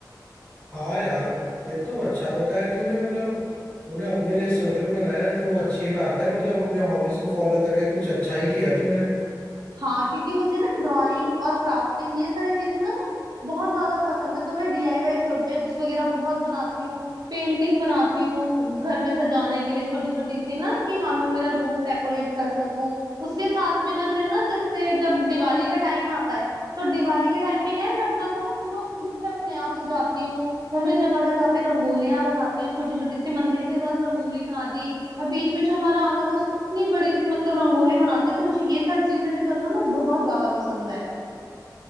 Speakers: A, on the left; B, on the right.
A: हाँ यार ये तो अच्छा बताया तूने मतलब तूने अपने लिए स्वेटर बनाया है तो वो अच्छी बात है मतलब अपने हॉबीज को फॉलो करके कुछ अच्छा ही किया तूने
B: हाँ क्योंकि मुझे ना ड्राइंग और क्राफ्टिंग ये सारी चीजें ना ना बहुत ज्यादा पसंद है तो मैं डीआईवाई प्रोजेक्ट्स वगैरह बहुत बनाती हूँ पेंटिंग बनाती हूँ घर में सजाने के लिए छोटी छोटी सी ना कि हाँ मैं मेरा रूम डेकोरेट कर सकूं उसके साथ में जैसे ना जैसे जब दिवाली का टाइम आता है तो दिवाली के टाइम पे क्या है मैं अपना घर ना पूरा खुद से अपने आप सजाती हूँ घर में जगह जगह पे रंगोलियां बनाती हूँ छोटी छोटी सी मंदिर के पास रंगोली बना दी और बीच में जो हमारा आंगन है उसमें इतनी बड़ी सी मतलब रंगोली बनाते हैं तो मुझे ये सारी चीजें भी करना ना बहुत ज्यादा पसंद है